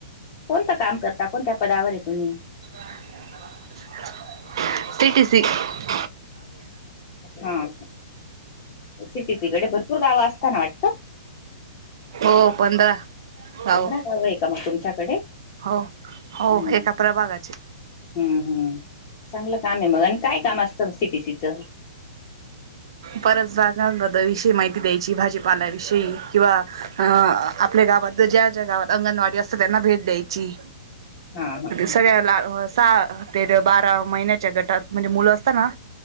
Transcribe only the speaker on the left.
कोणतं काम करता कोणत्या पदावर आहे तुम्ही?
ह सिटीचीकडे भरपूर गाव असताना वाटतं?
पंधरा
गाव आहे का मग तुमच्याकडे?
हम्.
हम्म हम्म चांगलं काम आहे मग आणि काय काम असतं सी टी सीच?
हा हा हम्म